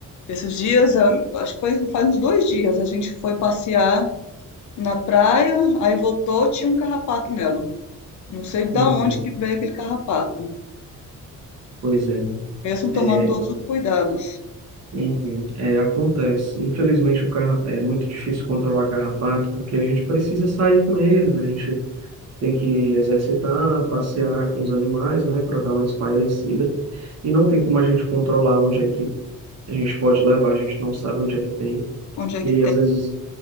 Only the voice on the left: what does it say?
esses dias, ah, acho que foi faz uns dois dias, a gente foi passear. na praia, aí voltou, tinha um carrapato nela. Não sei da
onde que veio aquele carrapato,
mesmo tomando
todos os cuidados.
Onde é
que
tem?